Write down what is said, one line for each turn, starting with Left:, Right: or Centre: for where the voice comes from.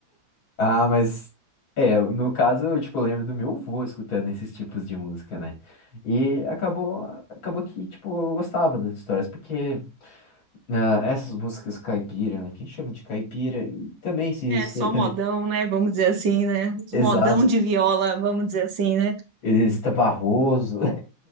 Left: Ah, mas é, no caso, eu, tipo, lembro do meu avô escutando esses tipos de música, né? E acabou, acabou que, tipo, eu gostava das histórias, porque ah, essas músicas caipira, né? Que a gente chama de caipira, e também se
Right: É
Left: sertane...
Right: só modão, né? Vamos dizer assim, né? Os
Left: Exato.
Right: modão de viola, vamos dizer assim, né?
Left: Elisita Barroso.